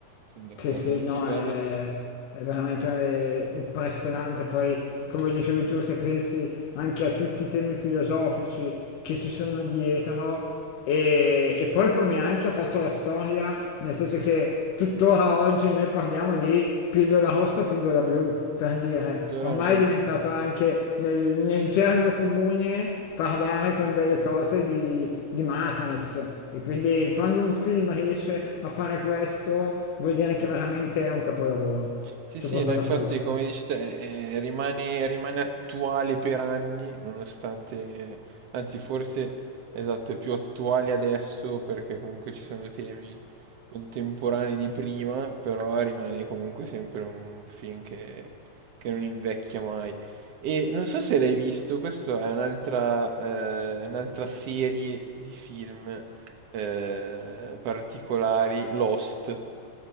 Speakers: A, on the right; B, on the left.
A: sono d'accordo,
B: Sì, sì,
A: molto
B: no,
A: bello,
B: è, è veramente eh, impressionante. Poi, come dicevi tu, se pensi anche a tutti i temi filosofici che ci sono dietro e, e poi come anche ha fatto la storia, nel senso che tuttora oggi noi parliamo di pillola rossa, pillola blu, per dire,
A: veramente.
B: ormai è diventato anche nel, nel gergo comune parlare con delle cose di, di Matrix e quindi quando un film riesce a fare questo vuol dire che veramente è un capolavoro,
A: Sì,
B: c'è
A: sì,
B: proprio
A: no, infatti
B: da fare.
A: come dici te, eh, rimane, rimane attuale per anni, nonostante, anzi forse esatto, è più attuale adesso perché comunque ci sono temi contemporanei di prima, però rimane comunque sempre un film che, che non invecchia mai. E non so se l'hai visto, questa è un'altra eh, un'altra serie di film eh, particolari, Lost.